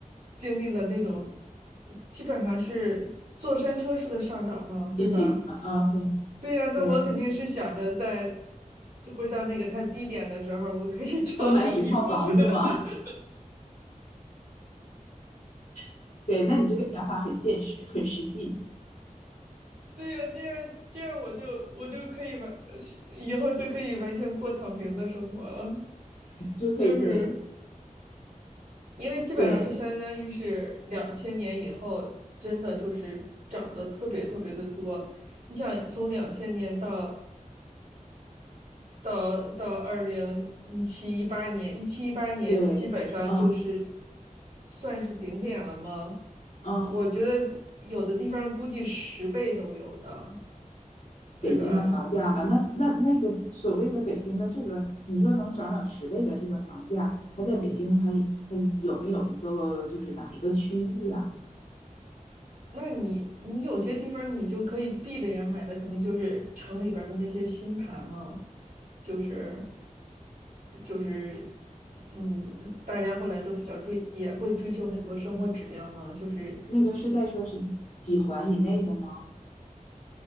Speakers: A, on the right (about 80°); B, on the left (about 70°).
A: 经历了那种基本上是坐山车式的上涨嘛，对吧？
B: 比起啊 o k
A: 对呀，那我肯定是想着在
B: 对，
A: 回到那个它低点的时候，我可以 <laughs> 抄底一部分。
B: 多买几套房子嘛。
A: <laughs>
B: <laughs> 对，那你这个想法很现实，很实际，
A: 对呀，这样这样我就我就可以完，以后就可以完全过躺平的生活了。
B: 就可以对
A: 就是因为基本上就相当于是两千年以后，
B: 对
A: 真的就是涨得特别特别的多。你想从两千年到到到二零一七一八年，一七一八年基本上就是
B: 对，嗯
A: 算是顶点了吗？
B: 嗯，
A: 我觉得有的地方估计十倍都有的，对吧？
B: 北京的房价吧？那那那个所谓的北京的这个，你说能涨了十倍的这个房价，它在北京它它有没有一个就是哪一个区域啊？
A: 那你你有些地方你就可以闭着眼买的，肯定就是城里边儿的那些新盘嘛，就是就是嗯，大家后来都比较追，也会追求很多生活质量嘛，就是
B: 那个是在说是几环以内的吗？